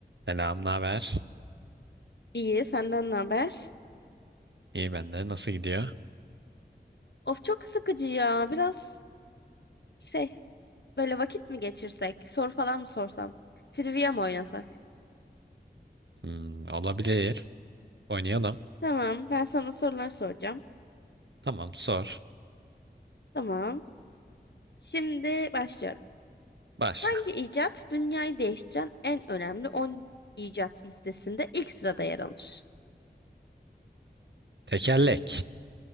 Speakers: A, on the right (about 85°); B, on the left (about 70°).
A: Selam, naber?
B: İyi, senden ne haber?
A: İyi ben de. Nasıl gidiyor?
B: Of çok sıkıcı ya. Biraz şey, böyle vakit mi geçirsek? Soru falan mı sorsam? Trivia mı oynasak?
A: Hmm, olabilir. Oynayalım.
B: Tamam, ben sana sorular soracağım.
A: Tamam, sor.
B: Tamam. Şimdi başlıyorum.
A: Başla.
B: Hangi icat dünyayı değiştiren en önemli 10 icat listesinde ilk sırada yer alır?
A: Tekerlek.